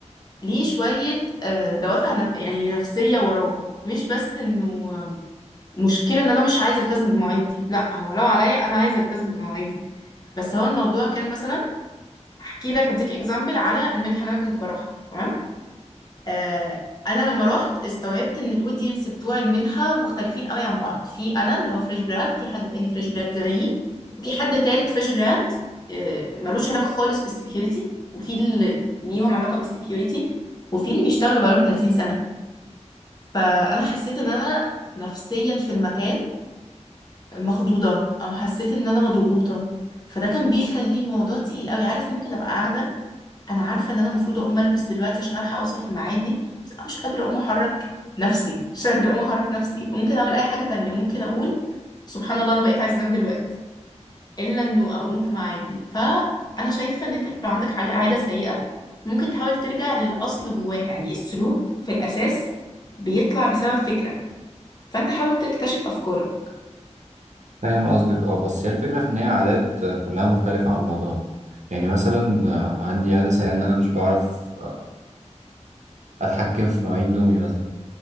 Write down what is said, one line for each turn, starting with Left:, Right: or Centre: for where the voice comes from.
Left: ليه شويه آه، دوافع نف- يعني نفسيه وراه مش بس انه آه، مشكله ان انا مش عايزه التزم بمواعيدي لا هو لو عليا انا عايزه التزم بمواعيدي بس هو الموضوع كان مثلا احكي لك هديك اكزامبل على المنحه اللي انا كنت بروحها تمام آه، انا لما رحت استوعبت ان الاودينس بتوع المنحه مختلفين قوي عن بعض في انا اللي هو فريش جراد في حد تاني فريش جراد زيي وفي حد تالت فريش جراد آه، ملوش علاقه خالص بالسكيورتي وفي اللي ليهم علاقه بالسكيورتي وفي اللي بيشتغلوا بقالهم 30 سنه فانا حسيت ان انا نفسيا في المكان مخضوضه او حسيت ان انا مضغوطه فده كان بيخلي الموضوع تقيل قوي عارف ممكن ابقى قاعده انا عارفه ان انا المفروض اقوم البس دلوقتي عشان الحق اوصل في ميعادي بس انا مش قادره اقوم احرك نفسي مش قادره اقوم احرك نفسي ممكن اعمل اي حاجه تانية ممكن اقول سبحان الله انا بقيت عايزه انام دلوقتي الا انه اقوم في ميعادي فانا شايفه ان انت لو عندك عل- عاده سيئه ممكن تحاول ترجع للاصل جواها يعني السلوك في الاساس بيطلع بسبب فكره فانت حاول تكتشف افكارك
Right: فاهم قصدك اه بس هي الفكرة في إن هي عادات آه، كلها مختلفة عن بعضها يعني مثلا آه، عندي عادة سيئة إن أنا مش بعرف آه، أتحكم في مواعيد نومي مثلا